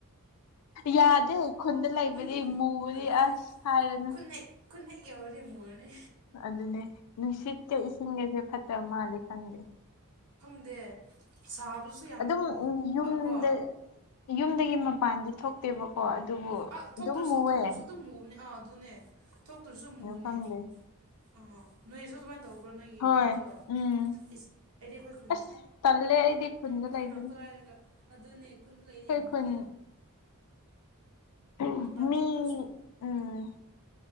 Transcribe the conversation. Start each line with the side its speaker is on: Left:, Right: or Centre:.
Left: ꯌꯥꯗꯦ ꯈꯨꯟꯗ ꯂꯩꯕꯗꯤ
Right: ꯎꯝ
Left: ꯃꯨꯕꯗꯤ
Right: ꯑꯗꯨꯅꯤ
Left: ꯑꯁ ꯍꯥꯏꯔꯦꯅ
Right: ꯈꯨꯟ ꯍꯦꯛ ꯈꯨꯟ ꯍꯦꯛ ꯌꯧꯔꯗꯤ ꯃꯨꯔꯅꯤ
Left: ꯑꯗꯨꯅꯦ ꯅꯨꯡꯁꯤꯠꯀ ꯏꯁꯤꯡꯒꯖꯦ ꯐꯠꯇꯕ ꯃꯥꯜꯂꯦ ꯈꯪꯗꯦ
Right: ꯗꯦ ꯁꯥꯕꯁꯨ
Left: ꯑꯗꯨꯝ ꯌꯨꯝꯗ
Right: ꯀꯣ
Left: ꯌꯨꯝꯗꯒꯤ ꯃꯄꯥꯟꯗꯤ ꯊꯣꯛ ꯊꯣꯛꯇꯦꯕꯀꯣ ꯑꯗꯨꯕꯨ
Right: ꯑꯥ ꯊꯣꯛꯇ꯭ꯔꯁꯨ
Left: ꯑꯗꯨꯝ ꯃꯨꯏꯌꯦ
Right: ꯊꯣꯛꯇ꯭ꯔꯁꯨ ꯑꯗꯨꯝ ꯃꯨꯕꯅꯦ ꯑꯥ ꯑꯗꯨꯅꯦ ꯊꯣꯛꯇ꯭ꯔꯁꯨ ꯃꯨꯅꯦ
Left: ꯈꯪꯗꯦ
Right: ꯑꯥ ꯅꯣꯏꯁꯨ ꯑꯗꯨꯃꯥꯏꯅ ꯇꯧꯕ꯭ꯔꯣ ꯅꯣꯏꯒꯤ
Left: ꯍꯣꯏ
Right: ꯈꯨꯟꯁꯨ
Left: ꯎꯝ
Right: ꯏꯁ ꯑꯩꯗꯤ ꯑꯩꯈꯣꯏ ꯈꯨꯟ
Left: ꯑꯁ ꯇꯜꯂꯦ ꯑꯩꯗꯤ ꯈꯨꯟꯗ
Right: ꯑꯩꯈꯣꯏ
Left: ꯂꯩꯕꯗꯣ
Right: ꯉꯥꯛꯇꯔ ꯍꯥꯏꯔꯒ ꯑꯗꯨꯅꯦ ꯈꯨꯟꯗ ꯂꯩꯔꯗꯤ
Left: ꯑꯩꯈꯣꯏ
Right: ꯌꯥꯝ
Left: ꯈꯨꯟ
Right: ꯃꯨꯏ
Left: ꯎꯝ
Right: ꯃꯄꯥꯟ
Left: ꯃꯤ
Right: ꯊꯣꯛꯇ꯭ꯔꯁꯨ
Left: ꯎꯝ